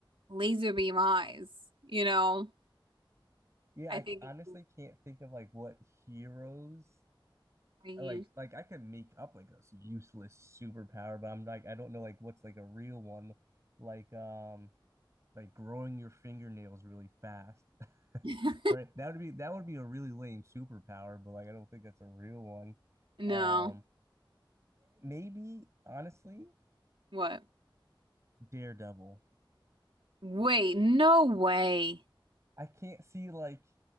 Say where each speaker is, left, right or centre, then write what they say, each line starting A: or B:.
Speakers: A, on the right; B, on the right.
A: laser beam eyes, you know?
B: yeah,
A: I
B: I
A: think
B: honestly
A: it's
B: can't think of like what heroes
A: I use.
B: like like I can make up like a useless superpower, but I'm like I don't know like what's like a real one, like um like growing your fingernails really fast,
A: <laughs>
B: <laughs> right? That would be that would be a really lame superpower, but like I don't think that's a real one.
A: No.
B: Um, maybe honestly,
A: What?
B: Daredevil.
A: Wait, no way.
B: I can't see like